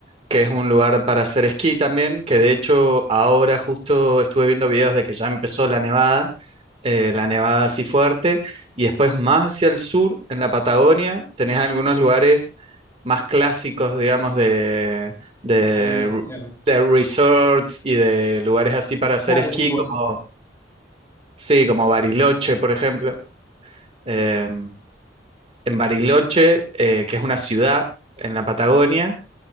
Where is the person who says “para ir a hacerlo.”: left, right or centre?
Left